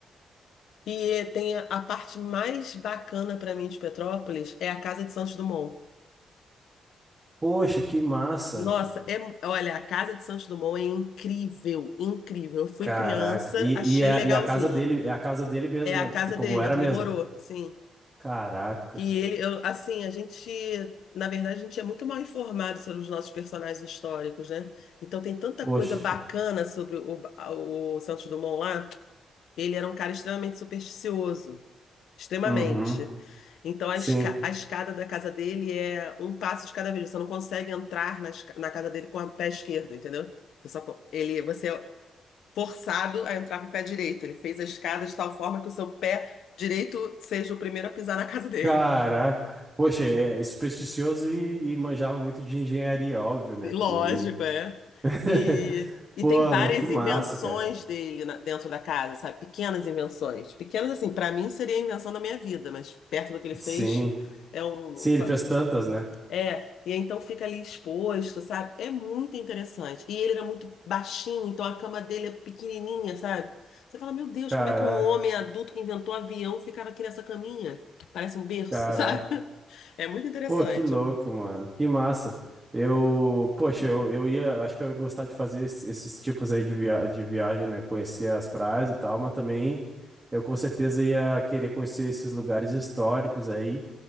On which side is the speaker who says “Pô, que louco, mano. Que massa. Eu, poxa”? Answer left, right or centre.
Right